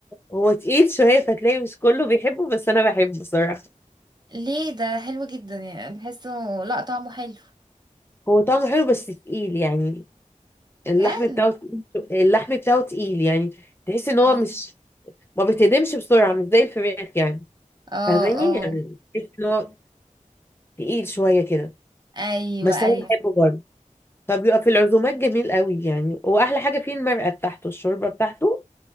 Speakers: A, on the left (about 15°); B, on the right (about 30°).
A: هو تقيل شويه فتلاقي مش كله بيحبه بس انا بحبه صراحه
B: ليه ده حلو جدا يعني بحسه لا طعمه حلو
A: هو طعمه حلو بس تقيل يعني اللحم
B: بجد
A: بتاعه تقيل شو- اللحم بتاعه تقيل يعني
B: <laughs>
A: تحس ان
B: اه
A: هو مش ما بيتهدمش بسرعه مش زي الفراخ يعني
B: اه
A: فاهماني
B: اه
A: يعني تحس ان هو تقيل شويه كده
B: ايوه
A: بس
B: ايوه
A: انا بحبه برضه فبيبقى في العزومات جميل قوي يعني واحلى حاجه فيه المرقه بتاعته الشوربه بتاعته